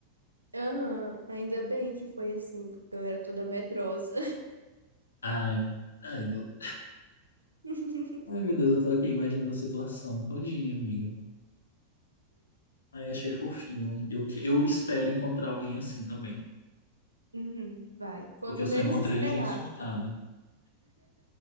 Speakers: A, on the right; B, on the left.
A: aham, Ainda bem que foi assim, porque eu era toda medrosa.
B: Ai, ai, eu-
A: <laughs>
B: ai, meu Deus, eu tô aqui imaginando a situação todinha, amiga. Ai, achei fofinho. Eu, que- eu espero encontrar alguém assim também,
A: Uhum, Vai, quando
B: porque eu só
A: menos
B: encontrei
A: esperar.
B: gente surtada.